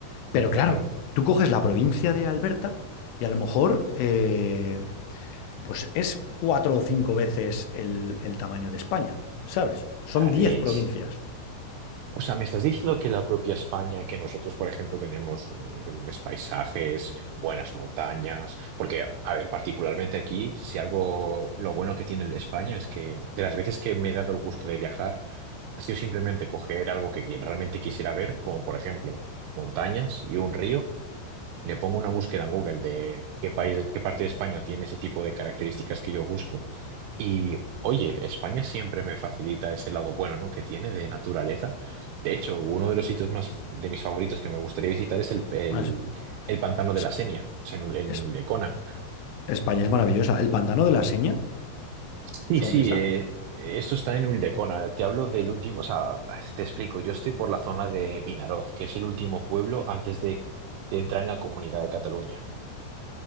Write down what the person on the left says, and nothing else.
Pero
claro,
tú coges la provincia de Alberta y a lo mejor, eh, pues es cuatro o cinco veces el, el tamaño de España, ¿sabes? Son
10 provincias.
Bueno, es-
es-
es-
España es maravillosa. El pantano de la Seña
¿Eso
dónde está?